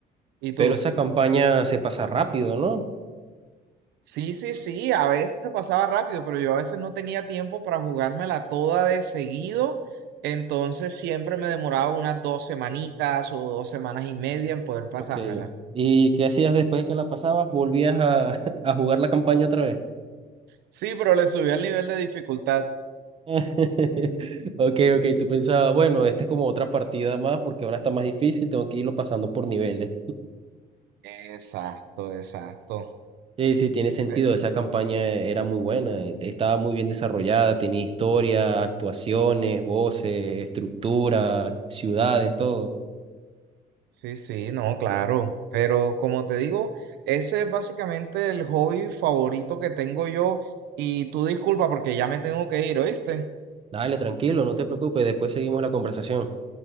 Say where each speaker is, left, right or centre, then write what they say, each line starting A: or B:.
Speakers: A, on the right (about 80°); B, on the right (about 35°).
A: ¿Y tú?
B: pero esa campaña se pasa rápido, ¿no?
A: Sí, sí, sí, a veces se pasaba rápido, pero yo a veces no tenía tiempo para jugármela toda de seguido, entonces siempre me demoraba unas dos semanitas o dos semanas y media en poder pasármela.
B: Ok. ¿Y qué hacías después de que la pasabas? ¿Volvías a, <laughs> a jugar la campaña otra vez?
A: Sí, pero le subí el nivel de dificultad.
B: <laughs> Ok, ok, tú pensabas, bueno, esta es como otra partida más porque ahora está más difícil, tengo que irlo pasando por niveles.
A: Exacto, exacto.
B: Sí, sí, tiene sentido.
A: Eh,
B: Esa campaña era muy buena, eh, estaba muy bien desarrollada, tenía historia, actuaciones, voces, estructura, ciudades, todo.
A: Sí, sí, no, claro. Pero como te digo, ese es básicamente el hobby favorito que tengo yo y tú disculpa porque ya me tengo que ir, ¿oíste?
B: Dale, tranquilo, no te preocupes, después seguimos la conversación.